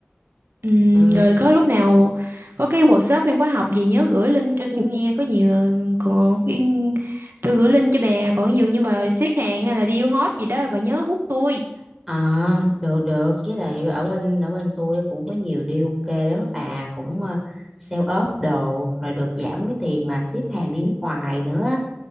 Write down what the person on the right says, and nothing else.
Ừ,
rồi có lúc nào có cái workshop hay khóa học gì nhớ gửi link cho tôi nghe có nhiều còn cái- tôi gửi link cho bà còn ví dụ như bà xếp hàng hay là deal hot gì đó bà nhớ hút tôi.